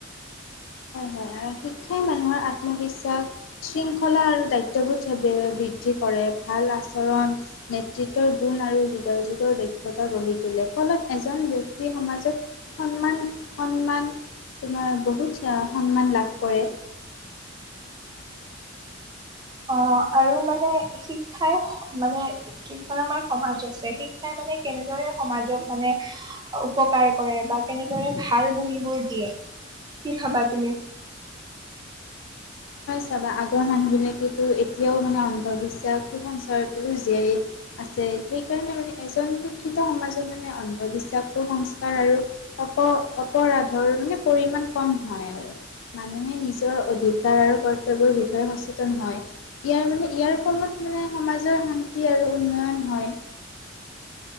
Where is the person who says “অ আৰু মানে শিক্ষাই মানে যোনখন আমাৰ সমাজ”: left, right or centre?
Right